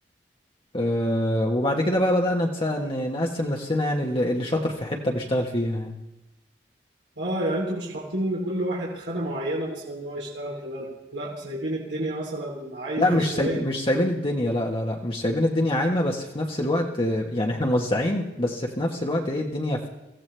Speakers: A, on the left; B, on the right.
A: اه وبعد كده بقى بدأنا نتس- ن- نقسم نفسنا يعني اللي اللي شاطر في حتة بيشتغل فيها يعني
B: اه يعني انتوا مش حاطين لكل واحد خانة معينة مثلا ان هو يشتغل خلالها لا سايبين الدنيا مثلا عايمة
A: لا مش
B: <laughs> شوية
A: سايب مش سايبين الدنيا لا لا لا مش سايبين الدنيا عايمة بس في نفس الوقت آه، يعني احنا موزعين بس في نفس الوقت ايه الدنيا